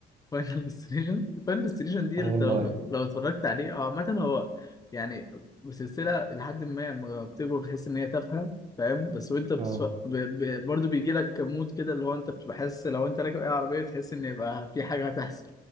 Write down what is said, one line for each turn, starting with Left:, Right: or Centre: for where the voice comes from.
Left: فاينل ديستنيشن فاينل ديستنيشن دي
Right: اه
Left: انت
Right: والله
Left: لو لو اتفرجت عليه او عامة هو يعني سلسلة لحد ما لما بتكبر بتحس ان هي تافهة فاهم بس وانت بتسف...
Right: اه
Left: ب... ب... برضه بيجي لك مود كده اللي هو انت بتبقى حاسس لو انت راكب اي عربية تحس ان يبقى في حاجة هتحصل